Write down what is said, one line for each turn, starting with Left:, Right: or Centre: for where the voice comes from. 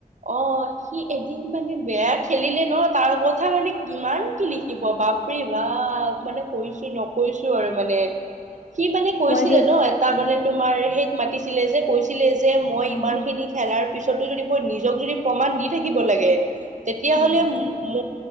Right: অ সি এদিন মানে বেয়া খেলিলে ন তাৰ কথা মানে কিমান কি লিখিব বাপ বা মানে কৈছো নকৈছো আৰু মানে সি মানে কৈছিলে
Left: কোৱাকে
Right: ন এটা মানে তোমাৰ সেইত মাতিছিলে যে কৈছিলে যে মই
Left: উম
Right: ইমান
Left: উম
Right: খিনি খেলাৰ পিছতো যদি মই নিজ য প্ৰণ দি থাকিব ল তেতিয়ালে
Left: উম
Right: ম